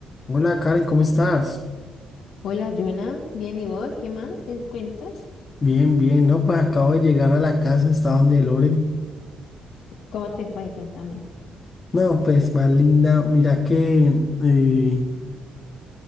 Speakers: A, on the left (about 35°); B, on the left (about 70°).
A: Hola Karen, ¿cómo estás?
B: Hola, Jonah. Bien, ¿y vos? ¿Qué más? ¿Qué cuentas?
A: Bien, bien, no, pues acabo de llegar a la casa, está donde Loren.
B: ¿Cómo te fue? Cuéntame.
A: No, pues más linda, mira que eh,